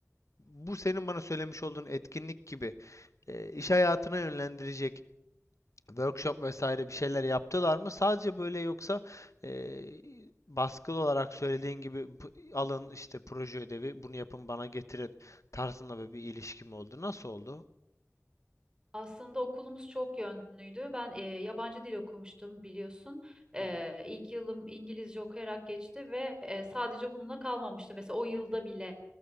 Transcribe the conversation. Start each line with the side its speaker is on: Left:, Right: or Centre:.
Left: bu senin bana söylemiş olduğun etkinlik gibi e, iş hayatına yönlendirecek workshop vesaire bir şeyler yaptılar mı? Sadece böyle yoksa e, baskılı olarak söylediğin gibi alın işte proje ödevi bunu yapın bana getirin tarzında böyle bir ilişki mi oldu. Nasıl oldu?
Right: Aslında okulumuz çok yönlüydü. Ben e, yabancı dil okumuştum biliyorsun. E,
Left: Hı hı.
Right: ilk yılım İngilizce okuyarak geçti ve e, sadece bununla kalmamıştı. Mesela o yılda bile